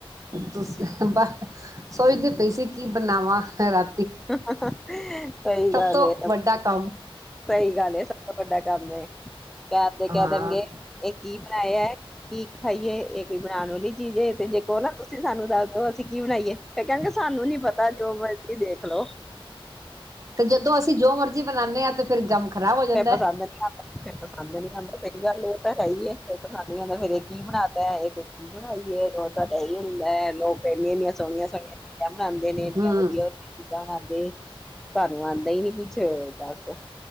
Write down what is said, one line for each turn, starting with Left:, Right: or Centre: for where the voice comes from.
Right: ਤੁਸੀ ਅੱ ਸੋਚਦੀ ਪਈ ਸੀ ਕੀ ਬਣਾਵਾਾਂ ਰਾ
Centre: ਸਹੀ ਗੱਲ
Right: ਤੋਂ
Centre: ਏ,
Right: ਵੱਡਾ ਕੰਮ
Centre: ਸਹੀ ਗੱਲ ਏ ਸਭ ਤੋਂ ਵੱਡਾ ਕੰਮ ਹੈ ਕਦੇ
Right: ਹਾਂ
Centre: ਕਹਿ ਦੇਣਗੇ ਇਹ ਕੀ ਬਣਾਏ ਹੈ ਕੀ ਖਾਈਏ ਇਹ ਕੋਈ ਬਣਾਉਣ ਵਾਲੀ ਜੇ ਤੇ ਜੇ ਕੋੋ ਨਾ ਤੁਸੀਂ ਸਾਨੂੰ ਦੱਸ ਕੀ ਬਣਾਈਏ ਕਹਣ ਗੇ ਸਾਨੂੰ ਨੀ ਪਤਾ ਜੋ ਮਰਜ਼ ਦੇਖ ਲੋ
Right: ਤੇ ਜਦੋਂ ਅਸੀਂ ਜੋ ਮਰਜੀੀ ਬਣਾਉਂਦੇ ਹਾਂ ਤੇ ਫਿਰ ਗਮ ਖ਼ਰਾਬ ਹੋ ਜਾਂਦਾ
Centre: ਪਸੰਦ ਨੀ ਆਂਦਾ ਪਸੰਦ ਨੀ ਆਉਂਦਾ ਸਹੀ ਗੱਲ ਹੈ ਆਈਏ ਫ ਪਸੰਦ ਨੀ ਹੁੰਦਾ ਫੇਿਰ ਇਹ ਕੀ ਬਣਾ ਤ ਇਹ ਬਣਾਈਏ ਰੋਜ਼ ਤਾਂ ਡਹੀ ਹੁੰਦਾ ਲੋਕ ਪਹਿੰਦੀ ਇਨੀਆਂ ਸੋਹਣੀਆਂ ਸੋਣੀਆਂ ਬਣਾਉਂਦੇ ਨੇ ਇੰੀਆਂ
Right: ਹਮ
Centre: ਵਧੀਆ ਵਧੀਆ ਬਨਾਏਦੇ ਨਹੀਂ ਸਵੇਰ ਵਾਸਤੇ